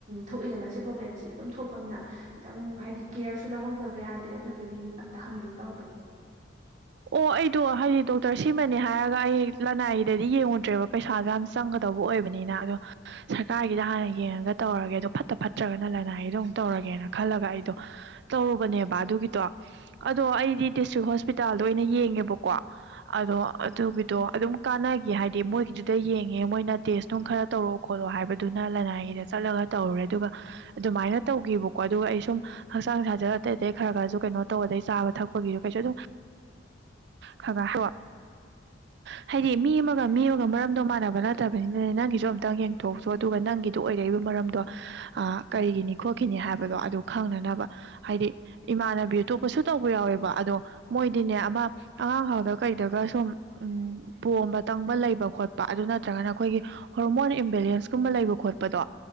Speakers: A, on the right (about 40°); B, on the right (about 60°).
A: ꯊꯣꯛꯏꯗꯅ ꯁꯤ ꯄ꯭ꯔꯣꯕ꯭ꯂꯦꯝꯁꯦ ꯑꯗꯨꯝ ꯊꯣꯛꯄꯅꯤꯅ ꯈꯤꯇꯪ ꯍꯥꯏꯗꯤ ꯀꯦꯌꯔꯁꯨ ꯂꯧꯍꯧꯗꯕ ꯌꯥꯗꯦ ꯑꯗꯨꯗꯨꯒꯤ ꯑꯝꯇ ꯍꯪꯒꯦꯅ ꯇꯧꯔꯛꯄꯅꯦ
B: ꯑꯣ ꯑꯩꯗꯣ ꯍꯥꯏꯗꯤ ꯗꯣꯛꯇꯔ ꯁꯤꯃꯅꯦ ꯍꯥꯏꯔꯒ ꯑꯩ ꯂꯅꯥꯏꯗꯗꯤ ꯌꯦꯡꯉꯨꯗ꯭ꯔꯦꯕ ꯄꯩꯁꯥꯗꯣ ꯌꯥꯝ ꯆꯪꯒꯗꯧꯕ ꯑꯣꯏꯕꯅꯤꯅ ꯑꯗꯣ ꯁꯔꯀꯥꯔꯒꯤꯗ ꯍꯥꯟꯅ ꯌꯦꯡꯉꯒ ꯇꯧꯔꯒꯦ ꯑꯗꯣ ꯐꯠꯇ ꯐꯠꯇ꯭ꯔꯒꯅ ꯂꯅꯥꯏꯒꯤꯣ ꯑꯃꯨꯛ ꯇꯧꯔꯒꯦꯅ ꯈꯜꯂꯒ ꯑꯩꯗꯣ ꯇꯧꯔꯨꯕꯅꯦꯕ ꯑꯗꯨꯒꯤꯗꯣ ꯑꯗꯣ ꯑꯩꯗꯤ ꯗꯤꯁꯇ꯭ꯔꯤꯛ ꯍꯣꯁꯄꯤꯇꯥꯜꯗ ꯑꯣꯏꯅ ꯌꯦꯡꯉꯦꯕꯀꯣ ꯑꯗꯣ ꯑꯗꯨꯒꯤꯗꯣ ꯑꯗꯨꯝ ꯀꯥꯟꯅꯈꯤ ꯍꯥꯏꯗꯤ ꯃꯣꯏꯒꯤꯗꯨꯗ ꯌꯦꯡꯉꯦ ꯃꯣꯏꯅ ꯇꯦꯁ ꯅꯨꯡ ꯈꯔ ꯇꯧꯔꯛ ꯈꯣꯠꯂꯣ ꯍꯥꯏꯕꯗꯨꯅ ꯂꯅꯥꯏꯒꯤꯗ ꯆꯠꯂꯒ ꯇꯧꯔꯨꯔꯦ ꯑꯗꯨꯒ ꯑꯗꯨꯃꯥꯏꯅ ꯇꯧꯈꯤꯕꯀꯣ ꯑꯗꯨꯒ ꯑꯩ ꯁꯨꯝ ꯍꯛꯆꯥꯡ ꯁꯥꯖꯔ ꯑꯇꯩ ꯑꯗꯩ ꯈꯔ ꯈꯔꯁꯨ ꯀꯩꯅꯣ ꯇꯧꯕ ꯑꯗꯗꯒꯤ ꯆꯥꯕ ꯊꯛꯄꯒꯤꯁꯨ ꯀꯩꯁꯨ ꯑꯗꯨꯝ ꯈꯒ ꯍ
A: <unintelligible>
B: ꯍꯥꯏꯗꯤ ꯃꯤ ꯑꯃꯒ ꯃꯤ ꯑꯃꯒ ꯃꯔꯝꯗꯣ ꯃꯥꯟꯅꯕ ꯅꯠꯇꯕꯅꯤꯅꯅꯦ ꯅꯪꯒꯤꯁꯨ ꯑꯝꯇꯪ ꯌꯦꯡꯊꯣꯛꯎꯁꯨ ꯑꯗꯨꯒ ꯅꯪꯒꯤ ꯑꯗꯨ ꯑꯣꯏꯔꯛꯏꯕ ꯃꯔꯝꯗꯣ ꯑ ꯀꯔꯤꯒꯤꯅꯤ ꯈꯣꯠꯈꯤꯅꯤ ꯍꯥꯏꯕꯗꯣ ꯑꯗꯨ ꯈꯪꯅꯅꯕ ꯍꯥꯏꯗꯤ ꯏꯃꯥꯟꯅꯕꯤ ꯑꯇꯣꯞꯄꯁꯨ ꯇꯧꯕ ꯌꯥꯎꯋꯦꯕ ꯑꯗꯣ ꯃꯣꯏꯗꯤꯅꯦ ꯑꯃ ꯑꯉꯥꯡ ꯉꯥꯎꯗꯒ ꯀꯩꯗꯒ ꯁꯨꯝ ꯎ ꯄꯣꯝꯕ ꯇꯪꯕ ꯂꯩꯕ ꯈꯣꯠꯄ ꯑꯗꯨ ꯅꯠꯇ꯭ꯔꯒꯅ ꯑꯩꯈꯣꯏꯒꯤ ꯍꯣꯔꯃꯣꯟ ꯏꯝꯕꯦꯂꯦꯟꯁꯀꯨꯝꯕ ꯂꯩꯕ ꯈꯣꯠꯄꯗꯣ